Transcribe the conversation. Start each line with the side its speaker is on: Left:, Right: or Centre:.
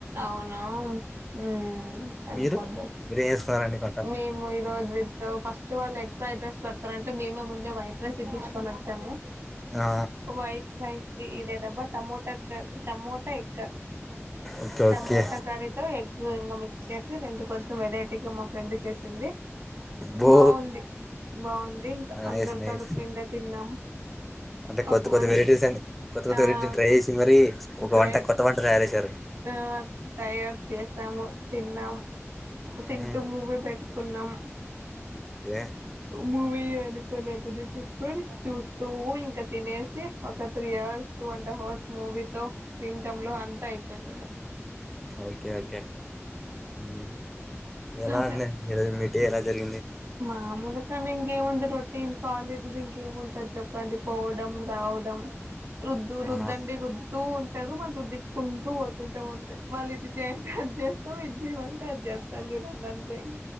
Right: అవునా ఉమ్ సరిపోద్ద
Centre: మీరు మీరేం చేసుకున్నారండి వంట
Right: మేము ఈ రోజు విత్ ఫస్ట్ వాళ్ళు ఎగ్ ఫ్రైడ్ రైస్ పెడతారంటే మేమే ముందే వైట్ రైస్ ఇప్పించుకొని వచ్చాము
Centre: ఆ
Right: వయిట్ రైస్ ఇదేదబా టమోటా ఎక్ tomato egg curry
Centre: okay
Right: tomato
Centre: okay
Right: curry తో ఎగ్ ఇంకా మిక్స్ చేసి రెండు కొంచెం వెరైటీగా మా ఫ్రెండ్ చేసింది
Centre: బో
Right: బాగుంది బాగుంది ఇంకా అందరు
Centre: నైస్ నైస్
Right: కడుపు నిండా తిన్నాం
Centre: అంటే కొత్త
Right: ఒక
Centre: కొత్త
Right: మంచి
Centre: వెరైటీస్ అ కొత్త కొత్త
Right: ఆ
Centre: వెరైటీ ట్రై చేసి మరి ఒక
Right: గ్రైట్
Centre: వంట కొత్త వంట తయారు చేశారు
Right: ఆ తయారు చేశాము తిన్నాము తింటు
Centre: మ్మ్.
Right: మూవీ పెట్టు కున్నాం
Centre: ఎ
Right: మూవీ అనుకున్నట్టు దిపు చూస్తూ ఇంకా తినేస్తే ఒక three hours two and half hours movie తో తింటంతో అంతా అయి పోయింది ఇంకా
Centre: ఓకే ఓకే అమ్ ఎలాన్న
Right: అదే
Centre: <unintelligible> తే ఎలా జరిగింది
Right: మామూలు కాని ఇంకేముంది రొటీన్ కాలేజీది ఇంకేముంటంది చెప్పండి పోవడం రావడం రుద్దు రుద్ద్దండి
Centre: ఆహా
Right: రుద్దు తూ ఉండ టారు మనం రుద్దించుకుంటూ వచ్చ కుంటాం అంతే మళ్ళీ ఇది చేయంటిడి అది ఇది చెయిమంటే అది చేతా అని చెప్పాడు అంతే ఇకా